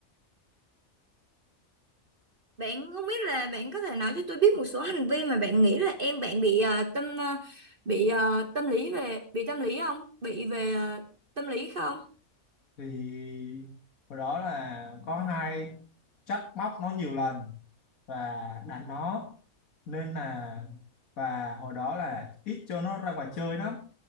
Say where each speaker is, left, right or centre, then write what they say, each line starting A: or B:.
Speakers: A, on the right (about 40°); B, on the left (about 80°).
A: Bạn không biết là bạn có thể nói cho tôi biết một số hành vi mà bạn nghĩ là em bạn bị ờ, tâm ờ, bị ờ, tâm lý về bị tâm lý không? Bị về ờ, tâm lý không?
B: thì hồi đó là có hai trách móc nó nhiều lần và đánh nó nên là và hồi đó là ít cho nó ra ngoài chơi lắm